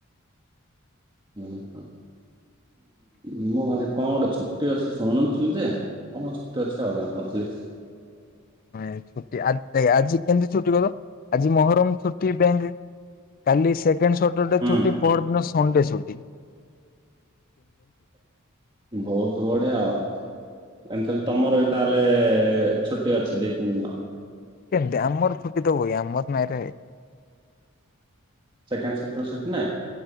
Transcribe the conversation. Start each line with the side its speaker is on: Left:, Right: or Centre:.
Right: ହୁଁ ହ। ମୁଁ ଆଜି କଣ ଗୋଟେ ଛୁଟି ଅଛି ଶୁଣୁଥିଲି ଯେ କଣ ଛୁଟି ଅଛି ଆଉ ଜାଣିନଥିଲି। <unintelligible>
Left: ନାଇଁ ଛୁଟି ଆ ଆଜି କେମିତି ଛୁଟି କହିଲ ଆଜି ମହରମ ଛୁଟି ବ୍ୟାଙ୍କରେ। କାଲି ସେକେଣ୍ଡ ସଟରଡେ
Right: ହୁଁ
Left: ଛୁଟି ପହର ଦିନ ସନଣ୍ଡେ ଛୁଟି।
Right: ବହୁତ ବଢ଼ିଆ ଆଉ ଏମିତି ତମର ତାହେଲେ ଛୁଟି ଅଛି ଦି ତିନି ଦିନ
Left: କେମିତି ଆମର ଛୁଟି ତ ହୁଏ ଆମର ନାହିଁରେ ଭାଇ।
Right: ସେକେଣ୍ଡ୍ ସଟର ଡେ ଛୁଟି ନାହିଁ।